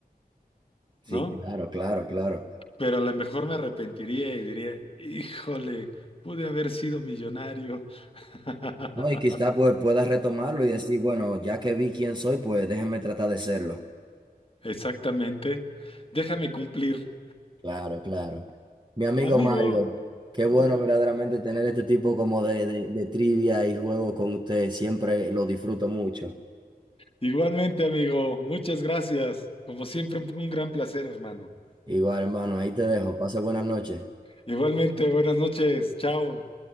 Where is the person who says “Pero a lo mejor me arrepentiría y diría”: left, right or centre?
Left